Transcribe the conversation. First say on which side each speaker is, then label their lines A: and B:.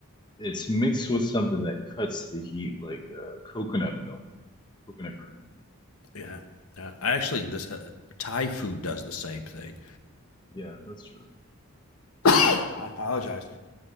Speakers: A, on the left (about 20°); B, on the left (about 75°).
A: it's mixed with something that cuts the heat, like uh, coconut milk, coconut cream.
B: Yeah. Yeah. I actually this uh, Thai food does the same thing.
A: Yeah, that's true.
B: I apologize.